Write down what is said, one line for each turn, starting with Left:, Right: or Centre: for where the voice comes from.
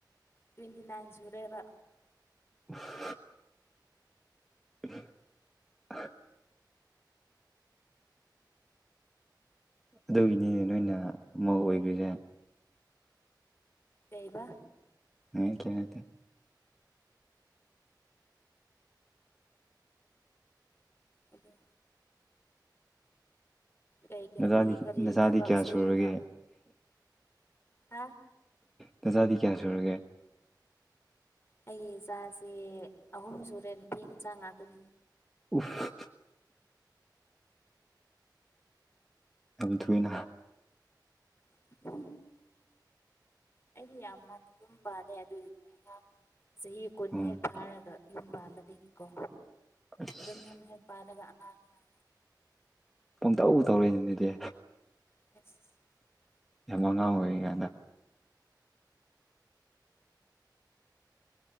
Left: ꯇ꯭ꯋꯦꯟꯇꯤ ꯅꯥꯟ ꯖꯨꯔꯦꯔ
Centre: <unintelligible> <unintelligible> ꯑꯗꯨꯒꯤꯅꯤꯅꯦ ꯅꯣꯏꯅ ꯑꯃꯧꯛ ꯑꯣꯏꯈ꯭ꯔꯤꯁꯦ
Left: ꯂꯩꯩꯕ
Centre: ꯍ ꯀꯇ
Left: ꯑꯗꯨꯗ ꯀꯔꯤ ꯀꯔꯤ
Centre: ꯅꯆꯥꯗꯤ
Left: ꯀꯔꯤ
Centre: ꯅꯆꯥꯗꯤ
Left: ꯊꯕꯛ
Centre: ꯀꯌꯥ
Left: ꯁꯨꯅꯕ
Centre: ꯁꯨꯔꯒꯦ
Left: ꯍꯥ
Centre: ꯇꯖꯥꯗꯤ ꯀꯌꯥ ꯁꯨꯔꯒꯦ
Left: ꯑꯩꯒꯤ ꯏꯆꯥꯁꯦ ꯑꯍꯨꯝ ꯁꯨꯔꯦ ꯅꯨꯄꯤ ꯃꯆꯥ ꯉꯥꯛꯇꯅꯤ
Centre: ꯎꯐ ꯑꯗꯨꯝꯊꯨꯅ
Left: <unintelligible> ꯑꯩꯗꯤ ꯌꯥꯝ ꯉꯥꯟꯟꯅ ꯌꯨꯝ ꯄꯥꯜꯂꯦ ꯑꯗꯨꯒꯤꯅꯦ ꯑꯉꯥꯡ ꯆꯍꯤ ꯀꯨꯟ
Centre: ꯎꯝ
Left: ꯍꯦꯛ ꯐꯥꯔꯒ ꯌꯨꯝ ꯄꯥꯟꯕꯝꯕꯗꯒꯤꯀꯣ
Centre: ꯑꯁ
Left: ꯑꯗꯨꯝ ꯌꯨꯝ ꯍꯦꯛ ꯄꯥꯜꯂꯒ ꯑꯉꯥꯡ ꯌꯥꯎꯔꯦ
Centre: ꯄꯪꯇ ꯊꯧꯔꯛꯏꯅꯤ ꯑꯗꯨꯗꯤ
Left: ꯑꯦꯐ
Centre: ꯌꯥꯝ ꯃꯉꯥꯡ ꯑꯣꯏ ꯀꯗ